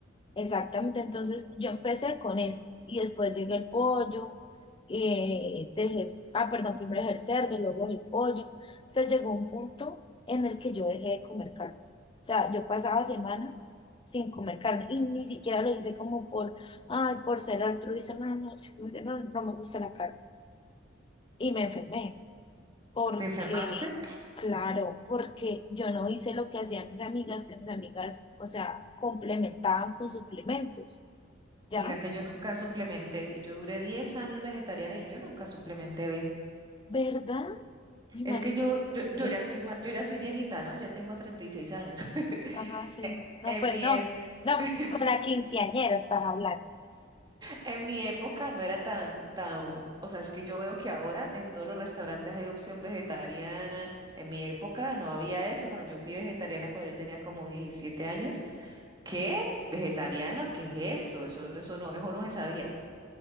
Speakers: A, on the left; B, on the right.
A: Exactamente, entonces yo empecé con eso y después llegué el pollo, eh, dejé, es- ah, perdón, primero dejé el cerdo, luego el pollo. Se llegó a un punto en el que yo dejé de comer carne. O sea, yo pasaba semanas sin comer carne y ni siquiera lo hice como por, ay, por ser altruista, no, no, simplemente no, no me gusta la carne. Y me enfermé porque,
B: ¿Te enfermaste?
A: claro, porque yo no hice lo que hacían mis amigas, que mis amigas, o sea, complementaban con suplementos. ¿Ya?
B: Mira que yo nunca suplementé y yo duré 10 años vegetariana y yo nunca suplementé B.
A: ¿Verdad? Uy,
B: Es
A: mal
B: que
A: es
B: yo,
A: costumbre.
B: yo, yo ya soy ma- yo ya soy viejita, ¿no? Ya tengo 36 años. <laughs>
A: Ajá, sí.
B: E-
A: No,
B: En
A: pues
B: mi,
A: no,
B: e-
A: no,
B: <laughs>
A: con la quinceañera estás hablando, pues.
B: en mi época no era tan, tan, o sea, es que yo veo que ahora en todos los restaurantes hay opción vegetariana. En mi época no había eso. Cuando yo fui vegetariana, cuando yo tenía como 17 años, ¿qué? ¿Vegetariano? ¿Qué es eso? Eso, no- eso no, eso no se sabía.